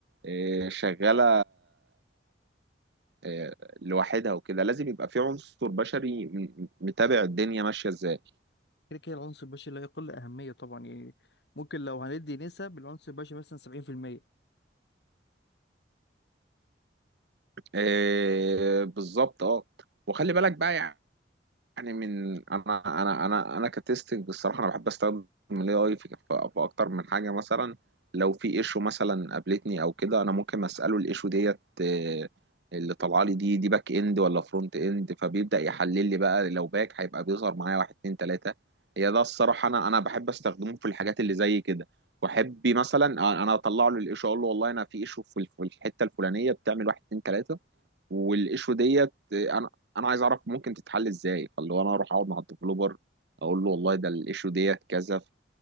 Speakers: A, on the right; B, on the left.
A: آه، شغاله آه، لوحدها وكده لازم يبقى في عنصر بشري م- متابع الدنيا ماشيه ازاي
B: كده كده العنصر البشري لا يقل اهميه طبعا يعني ممكن لو هندي نسب العنصر البشري مثلا 70%
A: آه، بالظبط اه وخلي بالك بقى يعني من انا انا انا انا كتستنج بصراحه انا بحب استخدم الاي اي في في اكتر من حاجه مثلا لو في ايشو مثلا قابلتني او كده انا ممكن اساله الايشو ديت آه، اللي طالعه لي دي دي باك اند ولا فرونت اند فبيبدا يحلل لي بقى لو باك هيبقى بيظهر معايا واحد اتنين تلاته هي ده الصراحه انا انا بحب استخدمه في الحاجات اللي زي كده واحب مثلا انا اطلع له الايشو اقول له والله انا في ايشو في الف- في الحته الفلانيه بتعمل واحد اتنين تلاته والايشو ديت انا انا عايز اعرف ممكن تتحل ازاي فاللي هو انا اروح اقعد مع الديفلوبر اقول له والله ده الايشو ديت كذا